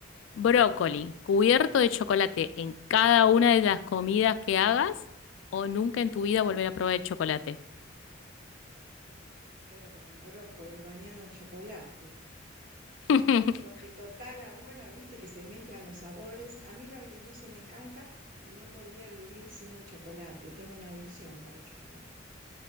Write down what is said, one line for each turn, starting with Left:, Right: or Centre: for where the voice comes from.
Left: brócoli cubierto de chocolate en cada una de las comidas que hagas o nunca en
Right: Mm,
Left: tu vida volver a probar el chocolate?
Right: Y me quedo con el brócoli bañado en chocolate,
Left: <laughs>
Right: porque total ahora, viste que se mezclan los sabores. A mí lo agridulce me encanta y no podría vivir sin el chocolate. Tengo una adicción con el chocolate.